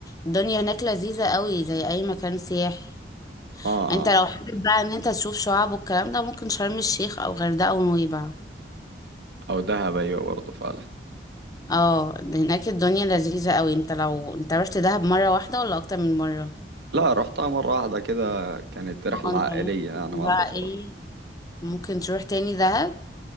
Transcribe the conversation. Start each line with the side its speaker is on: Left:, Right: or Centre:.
Left: الدنيا هناك لذيذة قوي زي أي مكان سياحي
Right: اه
Left: انت
Right: آه.
Left: لو حابب بقى ان انت تشوف شعاب والكلام ده ممكن شرم الشيخ او غردقة ونويبع
Right: او دهب ايوه برضه فعلا
Left: اه هناك الدنيا لذيذة قوي انت لو انت رحت دهب مرة واحدة ولا اكتر من مرة
Right: لا رحتها مره واحده كده كانت رحله
Left: اه انت
Right: عائليه
Left: ممكن
Right: يعني
Left: بقى
Right: مع الاسره
Left: ايه ممكن تروح تاني دهب